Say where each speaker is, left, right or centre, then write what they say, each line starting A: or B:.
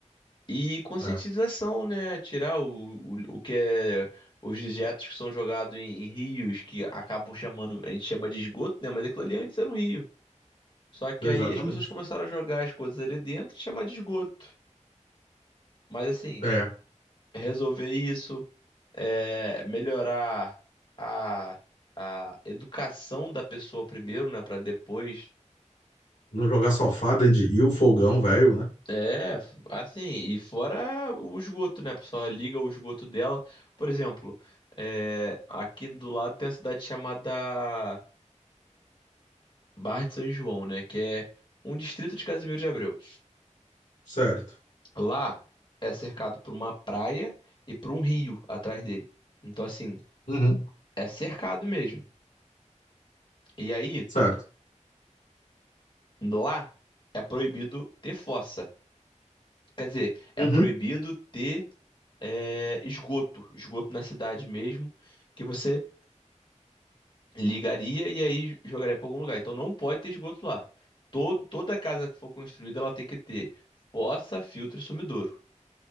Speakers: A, on the left (about 40°); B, on the left (about 85°).
A: E conscientização,
B: É,
A: né? Tirar o, o, o que é os dejetos que são jogados em, em rios, que acabam chamando, a gente chama de esgoto, né? Mas aquilo ali antes era um rio. Só que
B: exatamente.
A: aí as pessoas começaram a jogar as coisas ali dentro e chamar de esgoto. Mas assim,
B: É.
A: resolver isso, é, melhorar a, a educação da pessoa primeiro, né? Para depois.
B: Não jogar sofá, dentro de rio, fogão, velho, né?
A: É, assim, e fora o esgoto, né? A pessoa liga o esgoto dela. Por exemplo, é, aqui do lado tem uma cidade chamada Barra de São João, né? Que é um distrito de Casimiro de Abreu.
B: Certo.
A: Lá é cercado por uma praia e por um rio atrás dele. Então, assim,
B: Uhum.
A: é cercado mesmo. E aí,
B: Certo.
A: lá é proibido ter fossa. Quer dizer, é
B: Uhum.
A: proibido ter, é, esgoto, esgoto na cidade mesmo. Que você ligaria e aí jogaria para algum lugar. Então não pode ter esgoto lá. Todo, toda casa que for construída, ela tem que ter fossa, filtro e sumidouro.